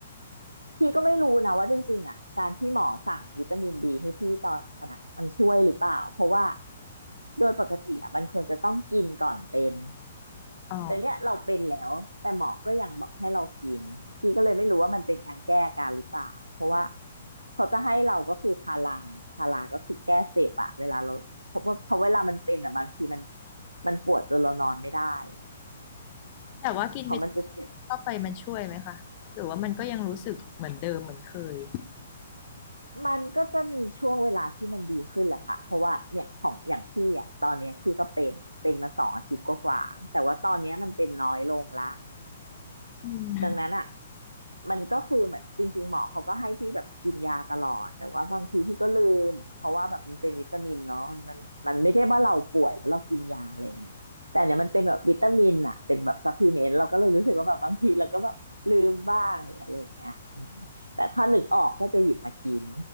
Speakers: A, on the right; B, on the left.
A: พี่ก็ไม่รู้นะว่าจริงๆอ่ะการที่หมอสั่งวิตามินบีให้พี่ตอนนั้นอะมันช่วยหรือเปล่าเพราะว่าโดยปกติอ่ะมันควรจะต้องกินก่อนเป็น
B: อ๋อ
A: แต่เนี้ยเราเป็นแล้วแต่หมอก็ยังบอกให้เรากินพี่ก็เลยไม่รู้ว่ามันเป็นการแก้อาการหรือเปล่าเพราะว่าเขาจะให้เราก็คือพาราพาราก็คือแก้เจ็บอะเวลาเราเพราะว่าเพราะเวลามันเป็นอ่ะบางทีมันมันปวดจนเรานอนไม่ได้
B: แต่ว่ากินวิตามินเข้าไปมันช่วยไหมคะหรือว่ามันก็ยังรู้สึกเหมือนเดิมเหมือนเคย
A: เพราะมันจะเจ็บ มันก็จะมีช่วงเวลาที่มันดีขึ้นแหละค่ะ เพราะว่าเนี่ยของอย่างพี่อ่ะตอนเนี้ยพี่ก็เป็นเป็นมาสองอาทิตย์กว่าๆแต่ว่าตอนเนี้ยมันเป็นน้อยลงละ
B: อืม
A: ดังนั้นอ่ะมันก็คือเหมือนจริงๆหมอเขาก็ให้พี่แบบกินยาตลอดแต่ว่าบางทีพี่ก็ลืมเพราะว่าแบบมันเป็นวิตามินเนาะมันมันมันไม่ใช่ว่าเราป่วยแล้วเรากินยาอะไรเงี้ยแต่เนี่ยมันเป็นแบบวิตามินอ่ะเป็นแบบซัพพลีเมนต์เราก็เลยรู้สึกว่าแบบบางทีเราก็แบบลืมบ้างหรืออะไรอย่างเงี้ยอืมแต่ถ้านึกออกก็จะหยิบมากิน